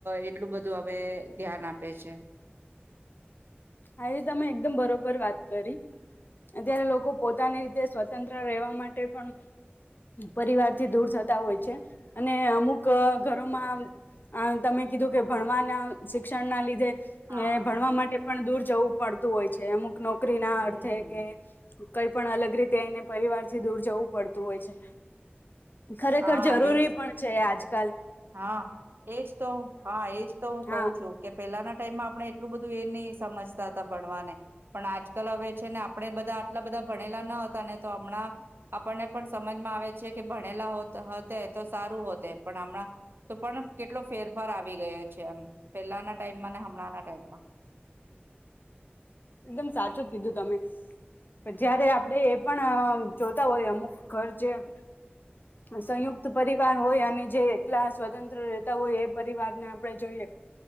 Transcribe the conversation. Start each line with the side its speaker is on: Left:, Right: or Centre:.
Right: એટલું બધું હવે ધ્યાન આપે છે.
Left: હા એ તમે એકદમ બરોબર વાત કરી, અત્યારે લોકો પોતાની રીતે સ્વતંત્ર રહેવા માટે પણ પરિવાર થી દૂર થતા હોય છે, અને અમુક ઘરોમાં તમે કીધું કે ભણવાના શિક્ષણ ના લીધે એ
Right: હા
Left: ભણવા માટે દૂર જવું પડતું હોય છે અમુક ન નોકરી ના
Right: હમ
Left: અર્થે કે કઈ પણ અલગ રીતે એને પરિવારથી દૂર જવું પડતું હોય છે. ખરેખર
Right: હા
Left: જરૂરી
Right: એજ
Left: પણ છે આજ કાલ
Right: હા, એજ તો હા એજ તો હું કહું
Left: હા
Right: છું, કે પેલાના. ટાઈમમાં આપણે એટલું બધું એ નહી સમજતા હતા ભણવાને, પણ આજકાલ હવે છે ને આપ આપણે બધા આટલા બધા ભણેલા ન તને તો હમણાં, આપણને પણ સમજમાં આવે છે કે ભણેલા હોત હોતે. તો સારું હોતે પણ હમણાં તો પણ કેટલો ફેરફાર આવી ગયો છે, એમ પહેલાના ટાઈમમાં ને હમણાંના ટાઈમમાં.
Left: એકદમ સાચું કીધું તમે, પણ જયારે આપડે એ પણ જોતા હોય અમુક ઘર જે સંયુક્ત પરિવાર હોય અને જે એકલા સ્વતંત્ર રહેતા હોય એ પરિવારને આપણે જોઈએ,